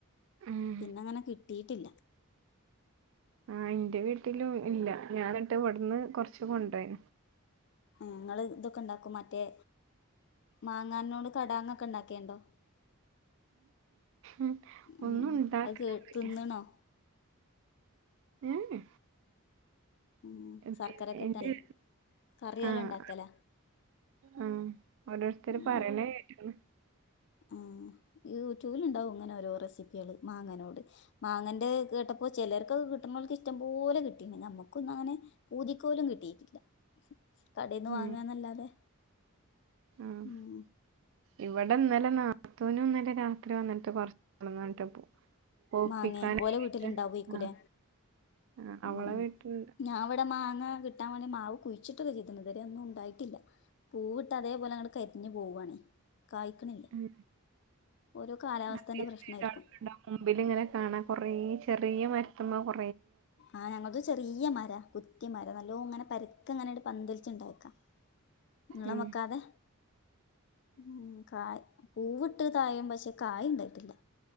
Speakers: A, on the right; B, on the left.
A: ഉം
B: പിന്നങ്ങനെ കിട്ടിട്ടില്ല.
A: ആഹ് ഇന്റെ വീട്ടിലു ഇല്ല ഞാന്ട്ട് ഇവിട്ന്ന് കൊറച്ച് കൊണ്ടയി.
B: ഉം ങ്ങള് ഇതൊക്കെ ഇണ്ടാക്കു മറ്റേ മാങ്ങാന്നോട് കടാങ്ങക്കെ ഇണ്ടാക്കേണ്ടോ?
A: "ഉം, ഒന്നും
B: ഉം
A: ഉണ്ടാക്കലൊന്നുല്ല
B: അത് കേ തിന്ന്ണോ?
A: ഏഹ്
B: ഉം സർക്കരക്കെട്ടാണ്ട്
A: പിന്നെ എന്റെ
B: കറ്യോല
A: ആഹ്
B: ഇണ്ടാക്കല.
A: ആഹ് ഓരോരുത്തര്
B: ഉം
A: പറയണേ കേട്ട്ക്ക്
B: ആഹ് യൂട്യൂബിലുണ്ടാവും ഇങ്ങനെ ഓരോ റെസിപ്പികള് മാങ്ങനോട്. മാങ്ങന്റെ ഇത് കേട്ടപ്പോ ചെലർക്കൊ കിട്ട്ണോൽക്ക് ഇഷ്ടംപോലെ കിട്ടീക്ക്ണ്. ഞമ്മക്കൊന്നങ്ങനെ പൂതിക്കോലു കിട്ടിയിട്ടില്ല. കടേന്ന്
A: ഉം
B: വാങ്ങാന്നല്ലാതെ.
A: ആഹ്
B: ഉം
A: ഇവിടെ ഇന്നലെ നാത്തൂനുന്നലെ രാത്രി വന്നിട്ട് കൊറച്ച് <unintelligible> കൊട്ടന്നാണ്ട് പോ പോപ്പിക്കാനായിട്ട്
B: മാങ്ങെ ഓലെ വീട്ടിലിണ്ടാവയ്ക്കൂലെ?
A: ആഹ് ആഹ്
B: ഉം
A: അവളെ
B: ഉം
A: വീട്ടിൽ
B: ഞാ ബടെ മാങ്ങ കിട്ടാൻ വാണ്ടി മാവ് കുഴിച്ചിട്ടൊക്കെ ചെയ്ത്ണ് ഇത്‌വരെ ഒന്നും ണ്ടായിട്ടില്ല. പൂവ് ട്ടതേ പോലങ് കരിഞ്ഞു പോവാണെ കായ്ക്ക്ണില്ല.
A: ഉം
B: ഓരോ കാലാവസ്ഥൻ്റെ
A: അധികം
B: പ്രശ്നായിരിക്കും.
A: വീട്ടാളുകളുണ്ടാവും മുമ്പിലിങ്ങനെ കാണാ കൊറേ ചെറിയ മരുത്ത്മ്മ കൊ
B: ആഹ് ഞങ്ങൾതു ചെറിയ മര. കുറ്റി മര നല്ലോ ങ്ങനെ പര്ക്കെങ്ങനെ പന്തലിച്ചുണ്ടയക്ക നിളംവെക്കാതെ
A: ഉം
B: ഉം കായ് പൂവിട്ട് തായും പക്ഷെ കായ ണ്ടായിട്ടില്ല.